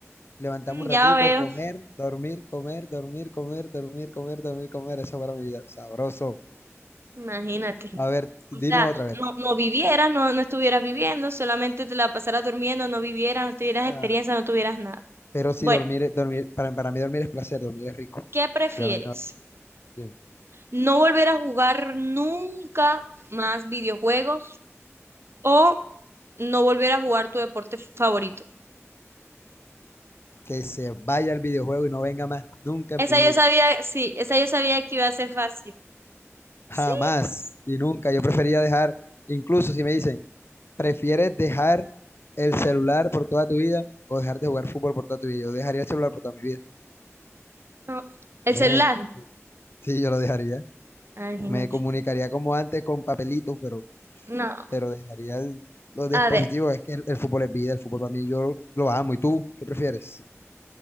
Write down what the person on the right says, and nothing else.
mm,
ya veo,
imagínate.
O sea,
no, no vivieras, no, no estuvieras viviendo, solamente te la pasaras durmiendo, no vivieras, no tuvieras
experiencia, no tuvieras nada.
Bueno.
¿Qué prefieres?
¿No volver a jugar nunca más videojuegos o no volver a jugar tu deporte favorito?
Esa
yo sabía, sí, esa yo sabía que iba a ser fácil. Sí,
no. El
celular.
Ah, imagínate.
No,
a ver.